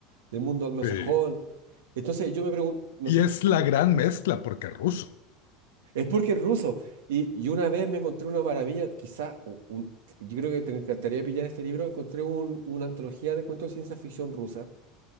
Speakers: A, on the right (about 80°); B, on the left (about 80°).
A: del mundo anglosajón.
B: Sí.
A: Entonces yo me pregunto, no
B: Y
A: sé,
B: es la gran mezcla porque es ruso.
A: Es porque es ruso. Y, y una vez me encontré una maravilla, quizá, u- un- yo creo que te encantaría pillar este libro, encontré un- una antología de cuentos de ciencia ficción rusa.